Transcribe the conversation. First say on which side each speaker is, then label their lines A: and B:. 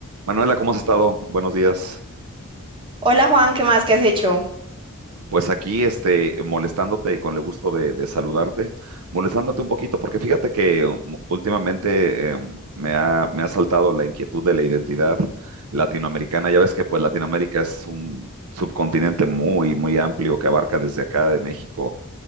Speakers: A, on the right (about 75°); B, on the right (about 25°).
A: Manuela, ¿cómo has estado? Buenos días.
B: Hola Juan, ¿qué más? ¿Qué has hecho?
A: Pues aquí, este, molestándote con el gusto de, de saludarte, molestándote un poquito, porque fíjate que um, últimamente eh, me ha, me ha saltado la inquietud de la identidad latinoamericana. Ya ves que pues Latinoamérica es un subcontinente muy, muy amplio que abarca desde acá de México